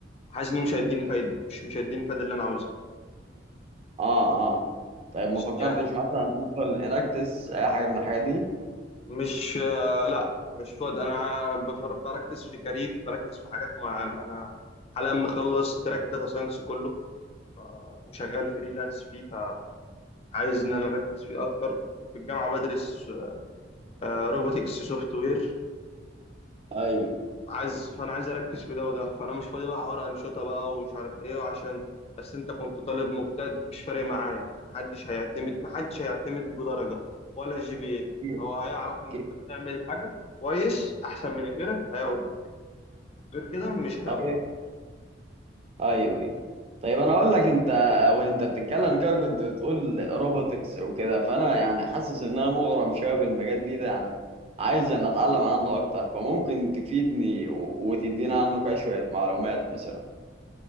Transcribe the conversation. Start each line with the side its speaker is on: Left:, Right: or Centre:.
Left: حاسس إنه مش هيديني فايدة مش مش هيديني الفايدة اللي أنا عاوزها
Right: اه اه طيب
Left: مش
Right: ما فكرتش
Left: يعني
Right: مثلا تدخل اناكتس اي حاجه من الحاجات دي
Left: مش آه، لا مش فاضي انا بفر- بركز في كارير بركز في حاجات معينه انا حاليا مخلص تراك داتا ساينس كله ف- وشغال فريلانس فيه فعايز ان انا اركز فيه اكتر وفي الجامعه بدرس روبوتكس سوفت وير
Right: ايوه
Left: عايز فانا عايز اركز في ده وده فانا مش فاضي بقى حوار انشطه بقى ومش عارف ايه عشان بس انت كنت طالب مجتهد مش فارق معايا محدش هيعتمد محدش هيعتمد بدرجه ولا جي بي ايه
Right: أكيد
Left: هو هيعرف
Right: أكيد
Left: ان انت بتعمل حاجه كويس احسن من غيرك هياخدك غير كده مش هياخدك
Right: طيب ايوه ايوه طيب انا اقول لك انت وانت بتتكلم كده كنت بتقول روبوتكس وكده فانا يعني حاسس ان انا مغرم شويه بالمجال دي ده يعني عايز ان اتعلم عنه اكتر فممكن تفيدني و- وتدينا عنه كده شويه معلومات مثلا